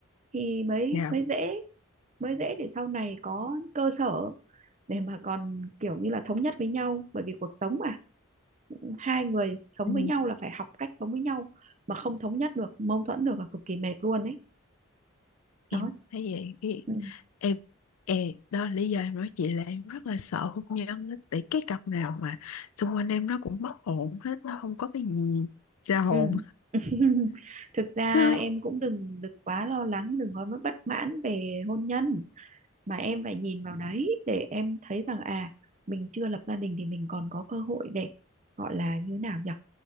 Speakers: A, on the right (about 35°); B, on the left (about 85°).
A: thì mới
B: dạ
A: mới dễ mới dễ để sau này có cơ sở để mà còn kiểu như là thống nhất với nhau bởi vì cuộc sống mà hai người sống
B: ừ,
A: với nhau là phải học cách sống với nhau mà không thống nhất được mâu thuẫn được là cực kỳ mệt luôn ấy
B: em
A: đó
B: thấy vậy Ý-
A: ừ.
B: em Ê, đó là lý do em nói chị là em rất là sợ hôn nhân á. tại cái cặp nào mà xung quanh em nó cũng mất hồn hết nó không có cái gì ra hồn
A: Ừ. <laughs> thực ra
B: nó
A: em cũng đừng đừng quá lo lắng đừng có bất mãn về hôn nhân mà em phải nhìn vào đấy để em thấy rằng à mình chưa lập gia đình thì mình còn có cơ hội để gọi là như thế nào nhỉ